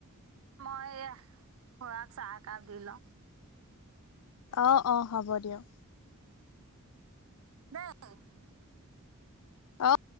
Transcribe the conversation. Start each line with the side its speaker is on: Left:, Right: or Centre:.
Right: মই এয়া খুৰাক চাহ একাপ দি লওঁ।
Left: অঁ অঁ হ'ব দিয়ক।
Right: দে এহ
Left: অঁ।